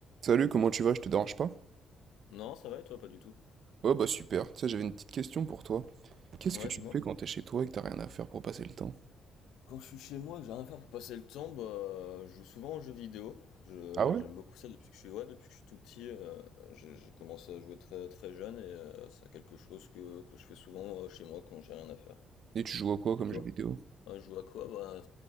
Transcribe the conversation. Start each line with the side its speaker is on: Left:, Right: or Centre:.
Right: Salut, comment tu vas? Je te dérange pas?
Left: Non, ça va et toi, pas du tout.
Right: Ouais, bah super. Tu sais, j'avais une petite question pour toi. Qu'est-ce
Left: Ouais,
Right: que tu
Left: dis-moi.
Right: fais quand t'es chez toi et que t'as rien à faire pour passer le temps?
Left: Quand je suis chez moi et que j'ai rien à faire pour passer le temps, bah, je joue souvent aux jeux vidéo. Je,
Right: Ah ouais?
Left: j'aime beaucoup ça depuis que je suis, ouais, depuis que je suis tout petit. euh, j'ai, j'ai commencé à jouer très, très jeune et euh, c'est quelque chose que, que je fais souvent euh, chez moi quand j'ai rien à faire.
Right: Et tu joues à quoi comme
Left: Et toi?
Right: jeu vidéo?
Left: Ouais, je joue à quoi? Bah,